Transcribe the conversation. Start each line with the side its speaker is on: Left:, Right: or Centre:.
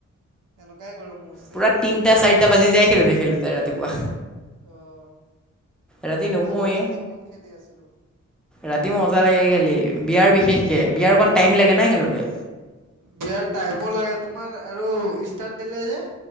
Right: এনেকুৱাই কৰো মোৰ, চেম
Centre: পুৰা তিনিটা চাৰিটা বাজি যায় খেলোতে খেলোতে ৰাতিপুৱা।
Right: অ
Centre: ৰাতি নুশোৱেই
Right: মই আকৌ ৰাতি বহুত খেলি আছিলো
Centre: ৰাতি মজা লাগে খেলি। বিয়াৰ বিশেষকে
Right: উম
Centre: বিয়াৰ
Right: উম
Centre: অকণ টাইম লাগে নাই খেলোঁতে।
Right: বিয়াৰ টাইমো লাগে তোমাৰ আৰু ষ্টাৰ্ট দিলে যে।